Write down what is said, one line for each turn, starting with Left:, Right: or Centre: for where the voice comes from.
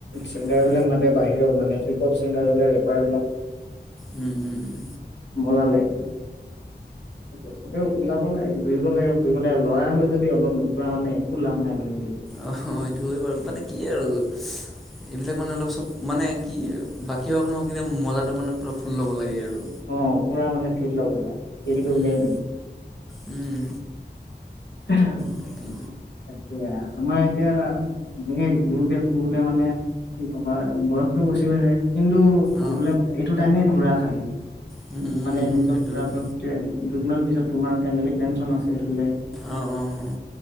Left: ছিংগাৰ
Centre: তাকে
Left: বিলাক মাতে বাহিৰৰ মানে হিপ হপ চিংগাৰ বিলাক ৰেপাৰ বিলাক
Centre: উম, উম, উম।
Left: মজা লাগে। ঠিক আছে। এ ওলাব লাগে ঘুৰিব লাগে ফুৰিব লাগে ল'ৰা হৈ যদি অলপ নুফুৰা মানে একো লাভ নাই মানে।
Centre: অ', সেইটো হয় বাৰু মানে কি আৰু এইবিলাক মানে অলপ চব মানে কি বাকী হওক নহয় কিনে মজাটো মানে পূৰা ফুল ল'ব লাগে আৰু
Left: অ', পুৰা মানে ফিল লব লাগে ফিলটো
Centre: উম
Left: মেইন
Centre: উম।
Left: হ <unintelligible>
Centre: তাকে
Left: তাকে আমাৰ এতিয়া এনে ঘূৰোতে ফুৰোতে মানে কি কবা আৰু বয়সটোও গুচি হৈ যায় কিন্তু
Centre: অ
Left: কবলৈ গ'লে এইটো টাইমে ঘুৰা খালি
Centre: সেইটো
Left: মানে নিজক ঘূৰা
Centre: হয়
Left: বয়স টো দুদিনমান পিছত তোমাৰ ফেমিলি টেনশন আছে এই ফালে
Centre: অ', অ'।